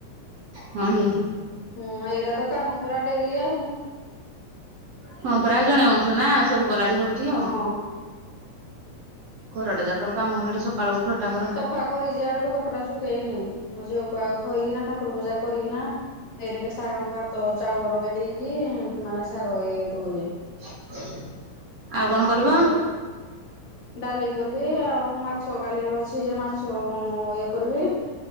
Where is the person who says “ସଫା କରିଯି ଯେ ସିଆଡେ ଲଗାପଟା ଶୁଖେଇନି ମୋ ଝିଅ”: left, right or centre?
Left